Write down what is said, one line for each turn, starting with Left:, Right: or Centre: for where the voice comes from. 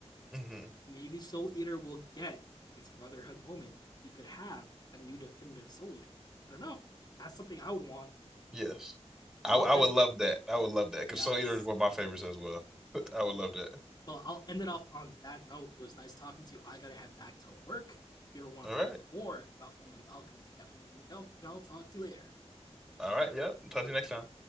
Centre: hmm
Left: maybe Soul Eater will get its brotherhood moment, and we could have a new definitive Soul Eater. I don't know. That's something I would want,
Centre: Yes. I
Left: but I'll
Centre: I
Left: end.
Centre: would love that. I would love that because
Left: Yes,
Centre: Soul Eater is one of my favorites as well. <laughs> I would love that.
Left: well, I'll end it off on that note. It was nice talking to you. I gotta head back to work. If you ever want
Centre: All
Left: to
Centre: right.
Left: talk more about Full Metal Alchemist, definitely hit me up, and I'll talk to you later.
Centre: All right. Yeah. Talk to you next time.